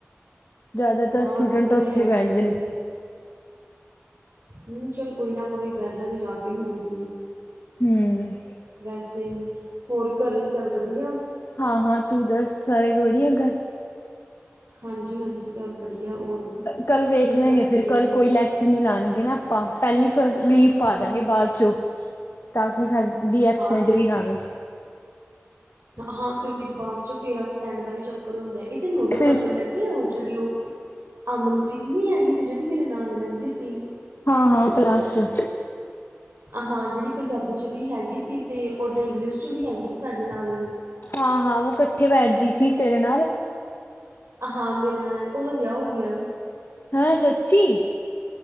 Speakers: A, on the left (about 60°); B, on the right (about 75°).
A: ਜ਼ਿਆਦਾਤਰ
B: ਹਾਂ
A: ਸਟੂਡੈਂਟ
B: ਤਾਂ ਗੱਲ
A: ਉੱਥੇ
B: ਹੈਗੀ
A: ਬੈਠਦੇ
B: ਐ।
A: ਨੇ
B: ਹੂੰ ਚਲੋ ਕੋਈ ਨਾ ਆਪਾਂ ਵੀ ਬਹਿ ਜਾਗੇ ਜਾ ਕੇ ਹੋਰ ਕੀ।
A: ਹਮ
B: ਵੈਸੇ ਹੋਰ ਘਰੇ ਸਭ ਵਧੀਆ?
A: ਹਾਂ-ਹਾਂ-ਹਾਂ, ਤੂੰ ਦੱਸ ਸਾਰੇ ਬੜੀਆਂ ਘਰ?
B: ਹਾਂਜੀ-ਹਾਂਜੀ ਸਭ ਬੜੀਆ ਔਰ।
A: ਕੱਲ ਵੇਖ
B: ਕੀ
A: ਲੈਂਗੇ
B: ਕਰਦੀ
A: ਫਿਰ ਕੱਲ
B: ਆ
A: ਕੋਈ ਲੈਕਚਰ ਨਹੀਂ ਲਾਣਗੇ ਨਾ ਆਪਾਂ ਪਹਿਲੀ ਫਸਟ ਵ ਪਾ
B: ਹੂੰ
A: ਦਾਂਗੇ ਬਾਦ ਚੋਂ, ਤਾਂ ਕਿ ਸਾਡੀ। ਐਬਸੈਂਟ
B: ਹਾਂ ਤੇ।
A: ਵੀ ਨਾ ਆਵੇ
B: ਹਾਂ ਕਿਉਂਕਿ ਬਾਅਦ ਚੋਂ ਫੇਰ ਸਹਿਣ ਦਾ ਵੀ ਚੱਕਰ ਹੁੰਦਾ ਐ ਇਹ ਤੈਨੂੰ ਉਦੋਂ
A: ਫਿਰ
B: ਪਤਾ ਲੱਗ ਉਹ ਜਿਹੜੀ ਉਹ ਅਮਨਪ੍ਰੀਤ ਨੀ ਹੈਗੀ ਸੀ ਜਿਹੜੀ ਮੇਰੇ ਨਾਲ ਰਹਿੰਦੀ ਸੀ।
A: ਹਾਂ-ਹਾਂ ਕਲਾਸ ਚ,
B: ਹਾਂ ਜਿਹੜੀ ਪੰਜਾਬੀ ਚ ਵੀ ਹੈਗੀ ਸੀ ਤੇ ਓਦਾਂ ਇੰਗਲਿਸ਼ ਚ ਵੀ ਹੈਗੀ ਸੀ ਸਾਡੇ ਨਾਲ,
A: ਹਾਂ ਹਾਂ ਉਹ ਇਕੱਠੇ ਬੈਠਦੀ ਸੀ ਤੇਰੇ ਨਾਲ।
B: ਹਾਂ, ਮੇਰੇ ਨਾਲ ਉਹਦਾ ਵਿਆਹ ਹੋ ਗਿਆ।
A: ਹੈ ਸੱਚੀ!